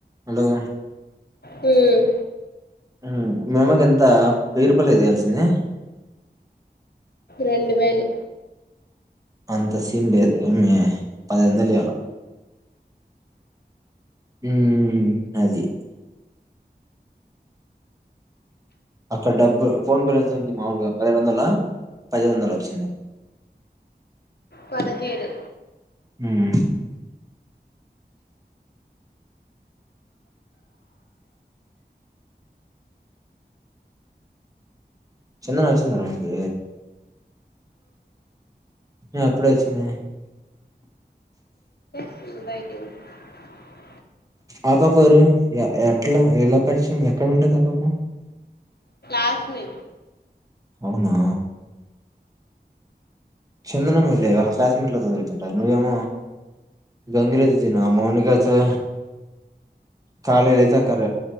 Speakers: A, on the right; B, on the left.
A: Hello
B: మ్మ్
A: మ్మ్ మా అమ్మకి ఎంత వేయి రూపాయలే గద ఇయాల్సింది
B: రెండు వేలు
A: అంత సీన్ లేదు ఎమి పదైదు వందలు ఇయ్యాల మ్మ్ అది అక్కడ డబ్బు ఫోన్ పే లో ఎంత ఉంది మాముూలుగా పదైదు వందల పది వందల వచ్చింది
B: పదహేడు
A: మ్మ్ చందన వచ్చింద రూమ్ కి ఏం అప్పుడే వచ్చింది
B: మ్మ్ బయటికి <unintelligible>
A: ఆ పాప ఎవ్వరు యా ఎ ఎట్లా ఎలా పరిచయం ఎక్కగుంటది ఆ పాప
B: హస్మి
A: అవునా చందన మేలే వాళ్ళ క్లాస్మేట్ లో తిరుగుతుంటారు నువ్వేమో గంగిరెద్దు ల ఆ మౌనికతో కాలేజ్ అయితే ఉంటే అక్కడ